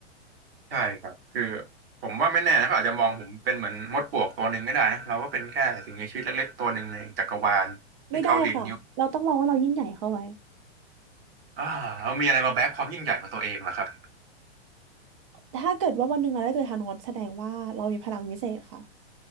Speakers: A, on the right (about 60°); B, on the right (about 30°).
A: ใช่ครับคือผมว่าไม่แน่นะเขาอาจจะมองผมเป็นเหมือนมดปลวกตัวหนึ่งก็ได้นะเราก็เป็นแค่สิ่งมีชีวิตเล็กๆตัวหนึ่งในจักรวาลที่เขาดีดนิ้ว
B: ไม่ได้ค่ะเราต้องมองว่าเรายิ่งใหญ่เข้าไว้
A: อ่าแล้วมีอะไรมาแบกความยิ่งใหญ่ของตัวเองล่ะครับ
B: ถ้าเกิดว่าวันหนึ่งเราได้เจอธานอสแสดงว่าเรามีพลังวิเศษค่ะ